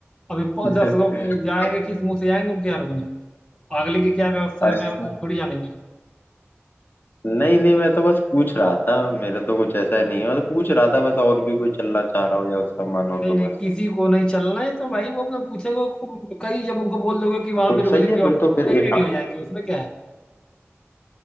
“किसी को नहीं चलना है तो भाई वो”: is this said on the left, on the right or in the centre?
Left